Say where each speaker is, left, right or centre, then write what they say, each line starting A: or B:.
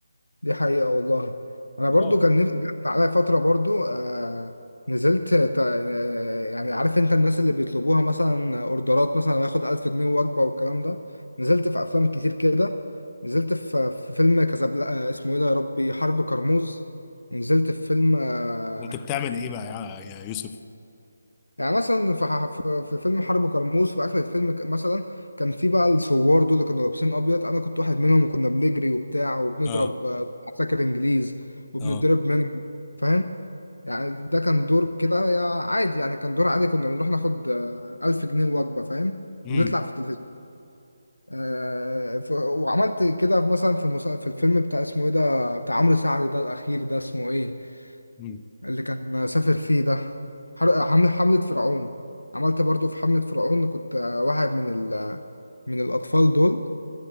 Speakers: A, on the left; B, on the left.
A: دي حقيقة والله أنا برضو
B: اه
A: كان نف- جت عليا فترة برضو آه نزلت تا- آه، يعني عارف أنت الناس اللي بيطلبوها مثلا أوردرات مثلا ياخد ألف جنيه وجبة والكلام ده نزلت في أفلام كتير كده نزلت في في فيلم كازابلا آه، اسمه إيه ده يا ربي حرب كرموز ونزلت في فيلم آه،
B: وانت بتعمل ايه بقى يا يا يوسف
A: يعني مثلا في ح- في في فيلم حرب كرموز في اخر الفيلم ك- مثلا كان في بقى الثوار دول اللي كانوا لابسين ابيض انا كنت واحد منهم وكنا بنجري وبتاع وبنضرب
B: اه
A: آه، عساكر انجليز وبنضرب
B: اه
A: منهم فاهم يعني ده كان دور كده يا عادي يعني كان دور عادي كنا بنروح ناخد آه، 1000 جنيه وجبة فاهم
B: امم
A: ونطلع في التلفزيون آه ف... وعملت كده مثلا في المسا... في الفيلم بتاع اسمه ايه ده بتاع عمرو سعد ده الاخير ده اسمه ايه
B: امم
A: اللي كان سافر فيه ده حر- حملة حملة فرعون عملت برضو في حملة فرعون كنت آه، واحد من ال من الأطفال دول